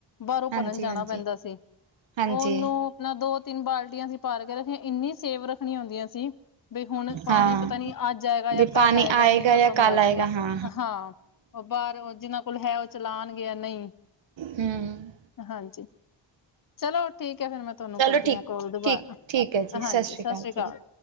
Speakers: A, on the left (about 45°); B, on the right (about 80°).
A: ਬਾਰੋਂ
B: ਹਾਂਜੀ
A: ਭਰਨ ਜਾਣਾ
B: ਹਾਂਜੀ
A: ਪੈਂਦਾ ਸੀ।
B: ਹਾਂਜੀ
A: ਓਨੂੰ- ਨਾ ਦੋ ਤਿੰਨ ਬਾਲਟੀਆਂ ਅਸੀ ਭਰ ਕੇ ਰੱਖੀਆਂ, ਇੰਨੀ ਸੇਵ ਰੱਖਣੀਆਂ ਹੁੰਦੀਆਂ ਸੀ। ਬਈ ਹੁਣ ਪਾਣੀ
B: ਹਾਂ
A: ਪਤਾ ਨੀ ਅੱਜ ਆਏਗਾ ਜਾਂ
B: ਵੀ
A: ਕੱਲ
B: ਪਾਣੀ
A: ਆਏਗਾ, ਨਈ ਪਤਾ
B: ਜਾਂ
A: ਹੁੰਦਾ
B: ਕੱਲ ਆਏਗਾ
A: ਸੀਗਾ।
B: ਹਾਂ
A: ਹਾਂ ਓ ਬਾਰ ਜਿਨਾਂ ਕੋਲ ਹੈ ਓ ਚਲਾਣ ਗੇ ਜਾਂ ਨਈ।
B: ਹੂੰ
A: ਹਾਂਜੀ ਚਲੋ ਠੀਕ ਐ ਫੇਰ ਮੈਂ ਤੁਆਨੂੰ
B: ਚਲੋ
A: ਕਰਦੀ
B: ਠੀਕ
A: ਆਂ ਕੋਲ ਦੁਬਾਰਾ।
B: ਠੀਕ ਠੀਕ ਹੈ ਜੀ ਸਤਿ
A: ਹਾਂਜੀ
B: ਸ਼੍ਰੀ
A: ਸਾਸਰੀ
B: ਅਕਾਲ ਜੀ।
A: ਕਾਲ।